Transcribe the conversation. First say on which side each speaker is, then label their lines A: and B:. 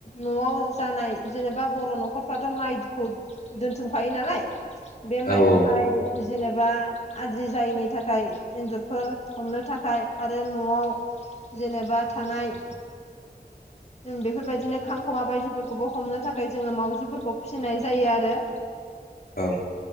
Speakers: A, on the left (about 40°); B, on the left (about 65°).
A: नआव जानाय जेनेबा बर नखरफ्राथ माइ। खौ दोनथुमखायो नालाय बे
B: औ
A: माइखौहाय जेनेबा। आद्रि जायैनि थाखाय एन्जरफोर हमनो थाखाय आरो नआव। जेनेबा थानाय
B: <inaudible>
A: बेफोरबायदिनो खांखमा बायदिफोरखौबो हमनो थाखाय जोङो मावजिफोरखौ फिसिनाय जायो आरो।
B: औ।